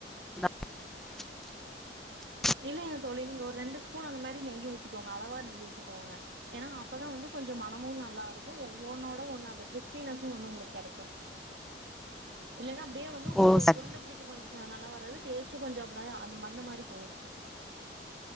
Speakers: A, in the centre; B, on the right.
A: <unintelligible>
B: இல்லைங்க தோழி நீங்க ஒரு ரெண்டு ஸ்பூன் அந்த மாரி நெய் ஊத்திக்கோங்க அளவா நெய் ஊத்திக்கோங்க ஏன்னா அப்பதா வந்து கொஞ்சோ மனமும் நல்லா இருக்கூ ஒவ்வொன்னோட ஒண்ணு அந்த கிஸ்பினஸ்சு வந்து உங்குளு கெடைக்கூ இல்லன்னா ப்டியே வந்து உங்குளுக்கு
A: ஓ சரி
B: உருண்ட புடிக்க கொஞ் ச நல்லா வராது பேசு கொஞ்சோ அப்டா அந்த மண்ணு மாரி போயிரு